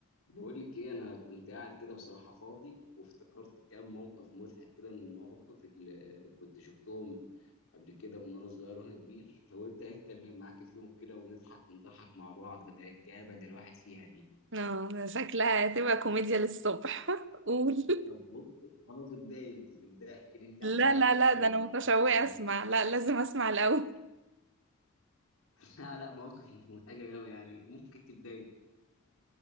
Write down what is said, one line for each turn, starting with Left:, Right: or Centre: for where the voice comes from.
Left: بقول لك ايه انا كنت قاعد كده بصراحه فاضي وافتكرت كام موقف مضحك كده من المواقف اللي كنت شفتهم قبل كده من وانا صغير وانا كبير فقلت اتكلم معاك فيهم كده ونضحك ونضحك مع بعض بدل الكآبه اللي الواحد فيها دي
Right: اه شكلها هتبقى كوميديا للصبح <laughs> قول
Left: طب بص خلاص ابداي انت ابداي احكي لي انت
Right: لا
Left: عن موقف
Right: لا لا
Left: آه،
Right: ده انا متشوقة
Left: ضحك.
Right: اسمع لا لازم اسمع الاول
Left: <laughs> لا لا موقف مش مضحكه قوي يعني ممكن تبداي انت.